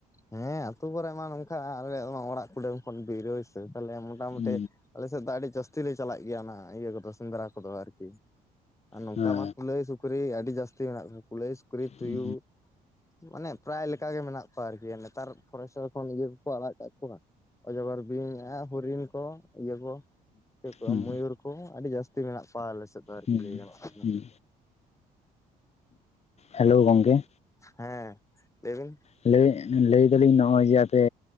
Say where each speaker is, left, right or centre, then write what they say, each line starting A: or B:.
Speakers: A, on the left; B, on the left.
A: ᱦᱮᱸ ᱟᱹᱛᱩ ᱠᱚᱨᱮ ᱢᱟ ᱱᱚᱝᱠᱟ ᱟᱞᱮᱭᱟᱜ ᱢᱟ ᱚᱲᱟᱜ ᱠᱩᱰᱟᱢ ᱠᱷᱚᱱ ᱵᱤᱨᱟᱹᱭ ᱥᱮ ᱛᱟᱞᱮ ᱮᱢᱚᱱ ᱢᱳᱴᱟᱢᱩᱴᱤ
B: ᱦᱮᱸ
A: ᱟᱞᱮ ᱥᱮᱫ ᱫᱚ ᱟᱹᱰᱤ ᱡᱟᱹᱥᱛᱤ ᱞᱮ ᱪᱟᱞᱟᱜ ᱜᱮᱭᱟ ᱚᱱᱟ ᱤᱭᱟᱹ ᱠᱚᱫᱚ ᱥᱮᱸᱫᱽᱨᱟ ᱠᱚᱫᱚ ᱟᱨᱠᱤ᱾ ᱟᱨ ᱱᱚᱝᱠᱟ
B: ᱦᱮᱸ
A: ᱢᱟ ᱠᱩᱞᱟᱹᱭ ᱥᱩᱠᱨᱤ ᱟᱹᱰᱤ ᱡᱟᱹᱥᱛᱤ ᱢᱮᱱᱟᱜ ᱠᱚᱣᱟ ᱠᱩᱞᱟᱹᱭ ᱥᱩᱠᱨᱤ ᱛᱩᱭᱩ᱾
B: ᱦᱮᱸ
A: ᱢᱟᱱᱮ ᱯᱨᱟᱭ ᱞᱮᱠᱟ ᱜᱮ ᱢᱮᱱᱟᱜ ᱠᱚᱣᱟ ᱟᱨᱠᱤ ᱱᱮᱛᱟᱨ ᱯᱷᱚᱨᱮᱥᱴᱟᱨ ᱠᱷᱚᱱ ᱤᱭᱟᱹ ᱠᱚᱠᱚ ᱟᱲᱟᱜ ᱠᱟᱜ ᱠᱚᱣᱟ᱾ ᱚᱡᱚᱜᱚᱨ ᱵᱤᱧ ᱮ ᱦᱚᱨᱤᱱ ᱠᱚ ᱤᱭᱟᱹ ᱠᱚ ᱪᱮᱜ ᱠᱚ
B: ᱦᱮᱸ ᱦᱮᱸ
A: ᱢᱚᱭᱩᱨ ᱠᱚ ᱟᱹᱰᱤ ᱡᱟᱹᱥᱛᱤ ᱢᱮᱱᱟᱜ ᱠᱚᱣᱟ ᱟᱞᱮ ᱥᱮᱫ ᱫᱚ ᱟᱨᱠᱤ
B: ᱦᱮᱸ
A: ᱞᱟᱹᱭ ᱜᱟᱱᱚᱜᱼᱟ᱾
B: ᱦᱮᱸ <inaudible> ᱦᱮᱞᱳ ᱜᱚᱝᱠᱮ?
A: ᱦᱮᱸ ᱞᱟᱹᱭᱵᱤᱱ᱾
B: ᱞᱮᱤᱧ ᱞᱟᱹᱭ ᱫᱟᱞᱤᱧ ᱱᱚᱜ ᱚᱭ ᱡᱮ ᱟᱯᱮ